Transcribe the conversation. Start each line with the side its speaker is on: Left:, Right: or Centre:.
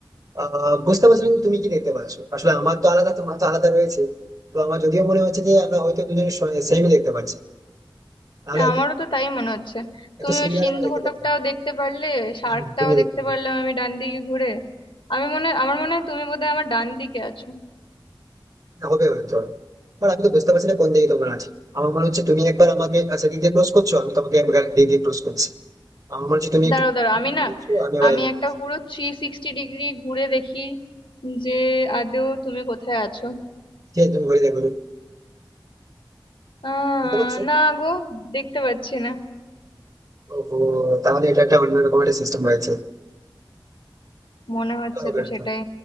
Right: আহ বুঝতে পারছি না যে তুমি কি দেখতে পাচ্ছ আসলে আমার তো আলাদা তোমার তো আলাদা রয়েছে তো আমার যদিও মনে হচ্ছে যে আমরা হয়তো দুজনে সেমই দেখতে পাচ্ছি তাহলে এত
Left: আমারও তো তাই মনে হচ্ছে
Right: এত
Left: তুমি
Right: সিমিলার
Left: ওই সিন্ধু
Right: আমরা দেখতে
Left: ঘটকটাও
Right: পাচ্ছি
Left: দেখতে পারলে শার্কটাও
Right: হ্যাঁ তুমি দেখতে
Left: দেখতে
Right: পাবে
Left: পারলাম আমি ডান দিকে ঘুরে আমি মনে হয়- আমার মনে হয় তুমি বোধহয় আমার ডান দিকে আছো
Right: না হবে হয়তো বাট আমি তো বুঝতে পারছি না কোন দিকে তোমার আছে আমার মনে হচ্ছে তুমি একবার আমাকে সেদিক দিয়ে ক্রস করছো আমি তোমাকে একবার এদিক দিয়ে ক্রস করছি আমার মনে হচ্ছে তুমি
Left: দাঁড়াও
Right: একটু
Left: দাঁড়াও
Right: এগিয়ে
Left: আমি না
Right: যাচ্ছ, আমি আবার
Left: আমি
Right: এগিয়ে
Left: একটা
Right: যাচ্ছি
Left: পুরো থ্রি সিক্সটি ডিগ্রি ঘুরে দেখি যে আদৌ তুমি কোথায় আছো
Right: ঠিক আছে তুমি ঘুরে দেখো
Left: আহ
Right: দেখতে পাচ্ছ
Left: না গো দেখতে পাচ্ছি না
Right: ওহো তাহলে এটা একটা অন্যরকম একটা সিস্টেম রয়েছে
Left: মনে হচ্ছে
Right: হবে
Left: তো
Right: ব্যাপার।
Left: সেটাই